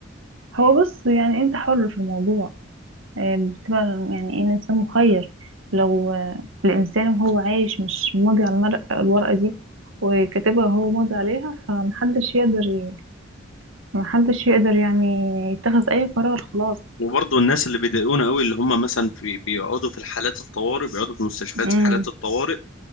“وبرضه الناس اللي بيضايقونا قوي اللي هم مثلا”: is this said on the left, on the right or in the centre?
Left